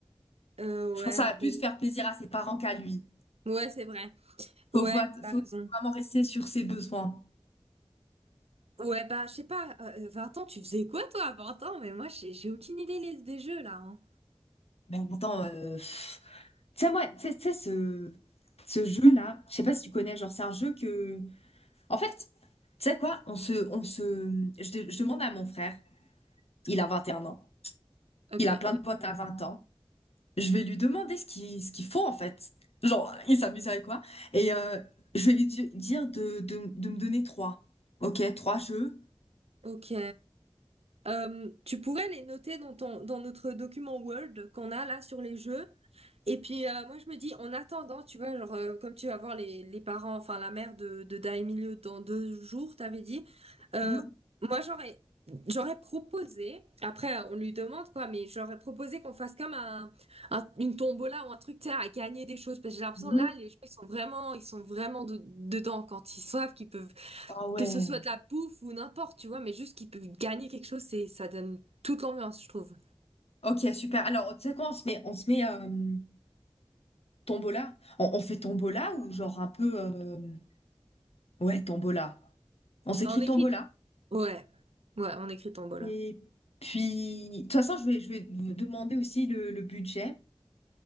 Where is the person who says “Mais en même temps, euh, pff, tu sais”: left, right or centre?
Left